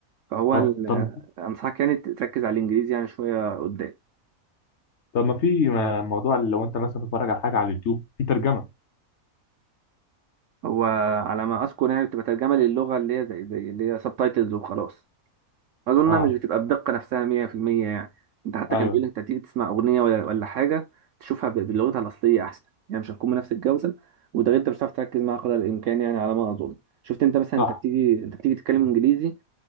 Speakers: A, on the right; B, on the left.
A: فهو
B: طب
A: ال-
B: طب
A: آه، انصحك يعني تركز على الانجليزي يعني شويه قدام
B: طب ما في م- موضوع اللي لو انت مثلا بتتفرج على حاجه على اليوتيوب في ترجمه
A: هو على ما اذكر يعني بتبقى ترجمه للغه اللي هي زي زي اللي هي سب تايتلز وخلاص اظن
B: اه
A: انها مش بتبقى الدقه نفسها 100% يعني انت حتى
B: ايوه
A: كان بيقول لك انت تيجي تسمع اغنيه ولا ولا حاجه تشوفها ب- بلغتها الاصليه احسن يعني مش هتكون بنفس الجوده وده غير انت مش هتعرف تركز معاها قدر الامكان يعني على ما اظن شفت انت مثلا
B: صح
A: انت بتيجي انت بتيجي تتكلم انجليزي